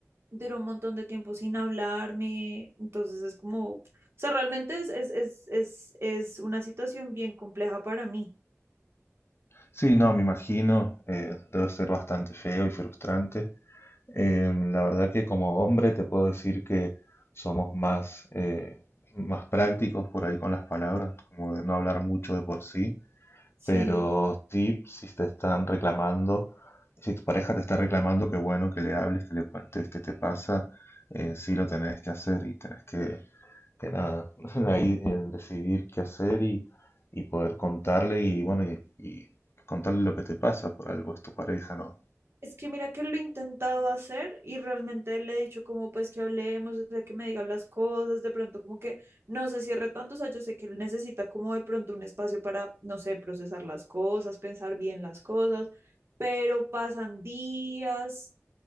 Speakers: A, on the right; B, on the left.
A: duró un montón de tiempo sin hablarme, entonces es como, o sea, realmente es, es, es, es, es una situación bien compleja para mí.
B: sí, no, me imagino, eh, debe ser bastante feo y frustrante. Eh, la verdad que como hombre te puedo decir que somos más, eh, más prácticos por ahí con las palabras, como de no hablar mucho de por sí,
A: Sí.
B: pero sí, si te están reclamando, si tu pareja te está reclamando, qué bueno que le hables, que le cuentes qué te pasa, eh, sí lo tenés que hacer y tenés que, que nada, <laughs> ahí eh, decidir qué hacer y, y poder contarle y bueno, y, y contarle lo que te pasa, por algo es tu pareja, ¿no?
A: Es que mira que lo he intentado hacer y realmente le he dicho como pues que hablemos, o sea, que me digan las cosas, de pronto como que no se cierre tanto, o sea, yo sé que él necesita como de pronto un espacio para, no sé, procesar las cosas, pensar bien las cosas, pero pasan días